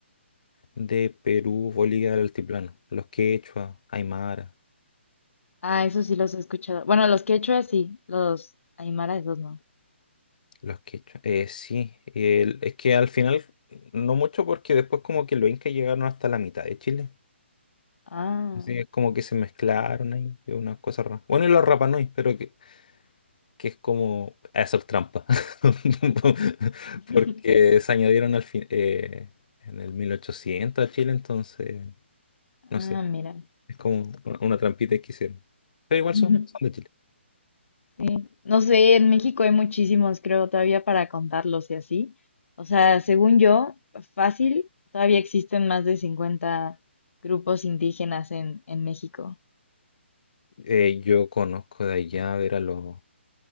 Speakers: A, on the left; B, on the left.
A: de Perú, Bolivia del altiplano, los quechua, Aymara,
B: Ah, eso sí los he escuchado. Bueno, los quechua sí, los aymara esos no.
A: los quechua. Eh, sí, el- es que al final no mucho porque después como que los incas llegaron hasta la mitad de Chile.
B: Ah,
A: Así que es como que se mezclaron ahí, es una cosa rara. Bueno, y los Rapa Nui, pero que, que es como hacer trampa. <laughs>
B: <laughs>
A: Porque se añadieron al fin, eh, en el 1800 a Chile, entonces, no
B: ah,
A: sé,
B: mira.
A: es como una una trampita que hicieron. Pero igual
B: <laughs>
A: son, son de Chile.
B: Sí. No sé, en México hay muchísimos, creo, todavía para contarlos y así. O sea, según yo, fácil, todavía existen más de 50 grupos indígenas en, en México.
A: Eh, yo conozco de allá, a ver, a los